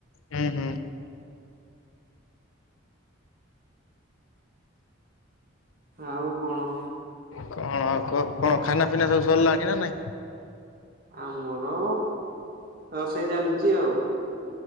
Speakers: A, on the left; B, on the right.
A: ହୁଁ ହୁଁ।
B: ଆଉ କଣ।
A: କଣ ଆଉ କ କଣ ଖାନା ପିନା ସବୁ ସରିଲାଣି ନା ନାଇଁ।
B: ଆମର ରଷେଇ ଚାଲିଛି ଆଉ।